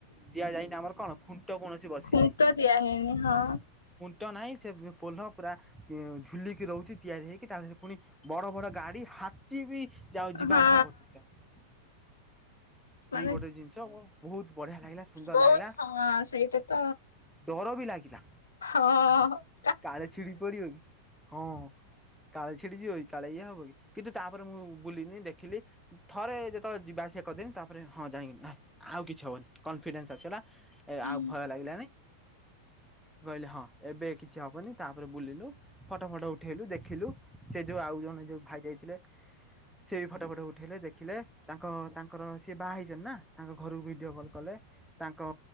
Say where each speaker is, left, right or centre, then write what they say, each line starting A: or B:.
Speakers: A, in the centre; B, on the left.
A: ଦିଆଯାଇନି ଆମର କଣ ଖୁଣ୍ଟ କୌଣସି ବସିନି।
B: ଖୁଣ୍ଟ ଦିଆହେଇନି ହଁ।
A: ତ ନାହିଁ ସେ ପୋଲ ପୁରା ଝୁଲିକି ରହୁଚି ତିଆରି ହୋଇକି ତା ଦେହରେ ପୁଣି ବଡ ବଡ ଗାଡି ହାତୀ ବି ଯାଉ ଯିବା
B: ହଁ
A: ଆସିବା କରୁଛନ୍ତି ତାକୁ।
B: ମାନେ
A: ଏଇ ଗୋଟେ ଜିନିଷ ବହୁତୁ ବଢିଆ ଲାଗିଲା ସୁନ୍ଦର
B: ବହୁତ
A: ଲାଗିଲା।
B: ହଁ ସେଇଟା ତ
A: ଡର ବି ଲାଗିଲା।
B: ହଁ।
A: କାଳେ ଛିଡିି ପଡିବ କି ହଁ। କାଳେ ଛିଡି ଯିବ, କାଳେ ଇଏ ହବ କି? କିନ୍ତୁ ତା, ପରେ ମୁଁ ବୁଲିିନି, ଦେଖିଲି। ଥରେ ଯେତେବେଳେ ଯିବା ଆସିଆ କରିଦେନି। ତା ପରେ ହଁ ଯାଇଁ ହଁ ଆଉ କିଛି ହବନି କନଫିଡେନ୍ସ୍ ଆସଗଲା। ଏ
B: ହୁଁ
A: ଆଉ ଭୟ ଲାଗିଲାନି। କହିଲେ ହଁ। ଏବେ କିଛି ହବନି। ତା ପରେ ବୁଲିଲୁ। ଫଟୋ ଫଟୋ ଉଠେଇଲୁ, ଦେଖିଲୁ। ସେ ଯୋଉ ଆଉ ଜଣେ ଯୋଉ ଭାଇ ଯାଇଥିଲେ ସେ ଫଟୋ ଫଟୋ ଉଠାଇଲେ ଦେଖିଲେ। ତାଙ୍କ ତାଙ୍କର ସିଏ ବାହା ହେଇଚନ୍ତି ନା, ତାଙ୍କ ଘରକୁ ଭିଡ଼ିଓ କଲ୍ କଲେ। ତାଙ୍କ